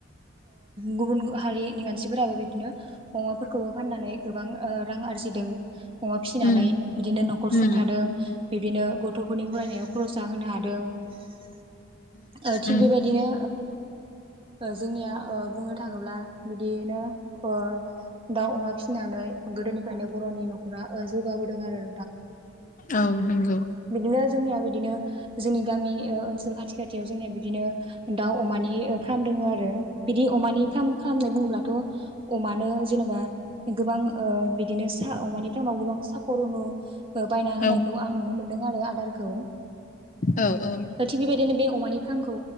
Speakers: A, on the right; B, on the left.
A: गुबुन हारिनि मानसि मानसिफोराबो बिदिनो अमाफोरखौबो फाननानै गोबां रां आरजिदों अमा फिसिनानै
B: उम
A: बिदिनो न'खर
B: उम
A: सुंथादों बिदिनो गथ'फोरनि फरायनायाव खरसा होनो हादों थिग
B: उम
A: बेबायदिनो जोंनिया बुंनो थाङोब्ला बिदियैनो दाउ, अमा फिसिनानै गोदोनिफ्रायनो बर'नि न'खरा जौगाबोदों आरो
B: औ नंगौ
A: बिदिनो जोंनिया बिदिनो जोंनि गामि ओनसोल खाथि- खाथियाव जोंनि बिदिनो दाउ, अमानि फार्म दङ आरो बिदि अमानि फार्म खालाम बुंब्लाथ' अमानो जेनेबा गोबां बिदिनो सा अमानि फार्म आव गोबां सापरुन बायना होनायखौ
B: औ
A: आं नुनो मोनदों आरो आदारखौ
B: औ -औ
A: थिग बेबायदिनो बे अमानि फार्मखौ